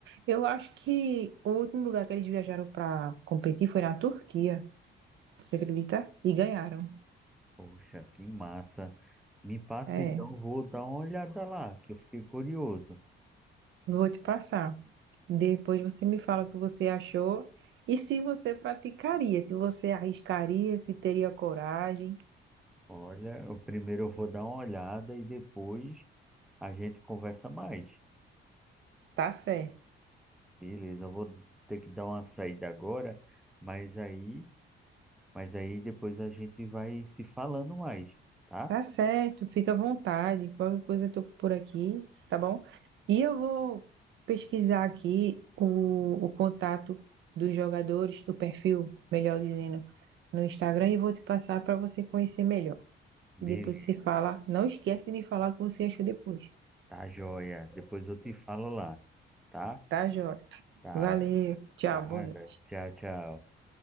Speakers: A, on the right; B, in the centre.
A: Eu acho que o último lugar que eles viajaram para competir foi na Turquia, você acredita? E ganharam.
B: Poxa, que massa. Me passa
A: É,
B: então, eu vou dar uma olhada lá, que eu fiquei curioso.
A: vou te passar. Depois você me fala o que você achou e se você praticaria, se você arriscaria, se teria coragem.
B: Olha, eu primeiro eu vou dar uma olhada e depois a gente conversa mais.
A: Tá certo,
B: Beleza, eu vou ter que dar uma saída agora, mas aí, mas aí depois a gente vai se falando mais, tá?
A: tá certo, fica à vontade. Qualquer coisa eu tô por aqui, tá bom? E eu vou pesquisar aqui o, o contato dos jogadores, do perfil, melhor dizendo, no Instagram e vou te passar para você conhecer melhor.
B: Beleza,
A: E depois você fala, não esquece de me falar o que você achou depois,
B: tá joia. Depois eu te falo lá. Tá?
A: tá, joia?
B: Tá.
A: Valeu, tchau,
B: tá
A: boa noite.
B: Tchau, tchau.